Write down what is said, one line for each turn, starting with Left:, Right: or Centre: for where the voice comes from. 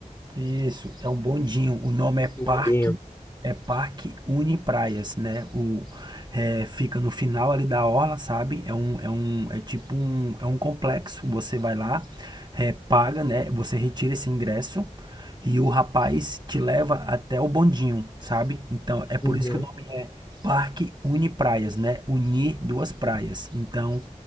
Right: Isso, é um bondinho. O nome é Parque,
Left: Um bondinho.
Right: é Parque Uni Praias, né? O, é, fica no final ali da orla, sabe? É um, é um, é tipo um, é um complexo. Você vai lá, é, paga, né? Você retira esse ingresso e o rapaz te leva até o bondinho, sabe? Então é por
Left: Uhum,
Right: isso que o nome é Parque Uni Praias, né? Unir duas praias. Então